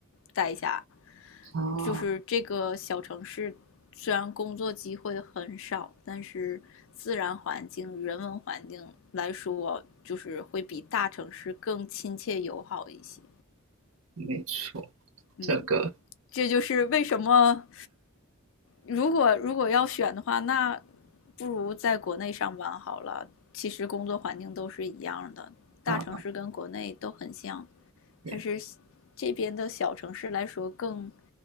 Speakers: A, on the left; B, on the right.
A: 待下。
B: 啊
A: 就是这个小城市，虽然工作机会很少，但是自然环境、人文环境来说，就是会比大城市更亲切友好一些。
B: 没错，
A: 嗯，
B: 这个
A: 这就是为什么，如果如果要选的话，那不如在国内上班好了。其实工作环境都是一样的，大城市跟国内都很像，
B: 啊，也
A: 但是这边的小城市来说更